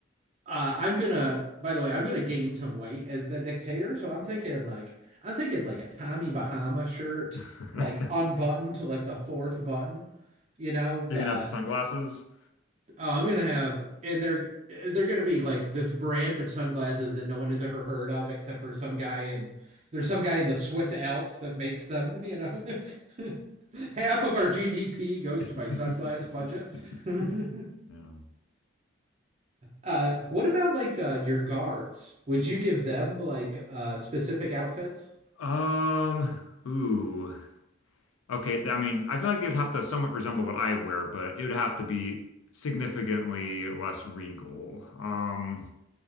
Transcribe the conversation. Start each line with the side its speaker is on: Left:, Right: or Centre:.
Right: uh, I'm gonna. By the way, I'm gonna gain some weight as the dictator. So I'm thinking like, I'm thinking like a Tommy Bahama shirt,
Left: <laughs>
Right: like unbuttoned to like the fourth button. You know,
Left: You're
Right: uh,
Left: gonna have the sunglasses.
Right: Oh, I'm gonna have, and they're they're gonna be like this brand of sunglasses that no one has ever heard of except for some guy in there's some guy in the Swiss Alps that makes them, <laughs> you know. <laughs> Half of our GDP goes
Left: <laughs>
Right: to my sunglass budget. <laughs>
Left: Yeah.
Right: Uh, what about like uh, your guards? Would you give them like uh, specific outfits?
Left: Um. Ooh. Okay, th- I mean, I feel like they'd have to somewhat resemble what I wear, but it would have to be significantly less regal. Um,